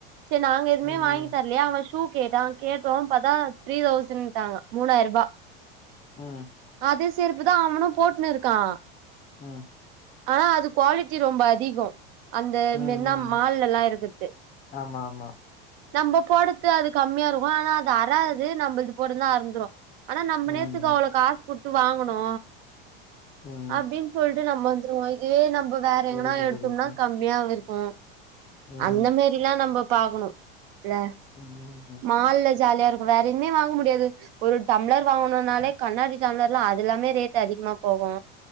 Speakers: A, on the right; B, on the left.
A: செரி நாங்க எதுமே
B: ம்
A: வாங்கி தரலையா அங்க ஷூ கேட்டா கேட்டோ பாதா த்ரீ தௌசண்ட்டாங்க மூணாயிருபா
B: ம்
A: அதே செருப்புதா அவனு போட்னு இருக்கா
B: ம்
A: ஆனா அது குவாலிட்டி ரொம்ப அதிகோ அந்த
B: ம்
A: மெய்ன்னா
B: ம்
A: மால்லல்லா இருக்கறது
B: ஆமா ஆமா
A: நம்ம போட்றது அது கம்மியா இருக்கு ஆனா அது அராது நம்மள்து போட்றதுல்லா அறுந்துடு ஆனா நம்ம
B: ம்
A: நேத்துக்கு
B: ம்
A: அவ்ள காசு குட்த்து வாங்கணு
B: ம்
A: அப்டின்னு சொல் டு நம்ம வந்துருவோ இதுவே நம்ம வேற
B: புரியுது
A: எங்கனா எடுத்தோனா
B: புரியுது
A: கம்மியா இருக்கு
B: ம் ம்
A: அந்த மேரிலா நம்ப பாக்கணு இல்ல
B: ம் ம்.
A: மால்ல ஜாலியா இருக்கு வேற இனமே வாங்க முடியாது ஒரு டம்ளர் வாங்கனுனாலே கண்ணாடி டம்ளர்லா அது எல்லாமே ரேட் அதிகமா போகு